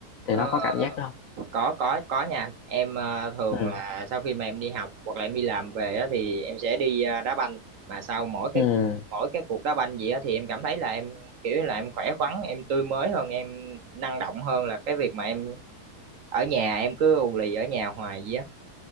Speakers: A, on the left; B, on the right.
A: thì
B: Ờ,
A: nó có cảm giác đó không
B: có có có nha anh em ờ, thường
A: ừ
B: là sau khi mà em đi học hoặc là em đi làm về á, thì em sẽ đi ờ, đá banh mà sau mỗi cái
A: ừ
B: mỗi cái cuộc đá banh gì á, thì em cảm thấy là em kiểu như là em khỏe khoắn em tươi mới hơn em năng động hơn là cái việc mà em ở nhà em cứ ù lì ở nhà hoài gì á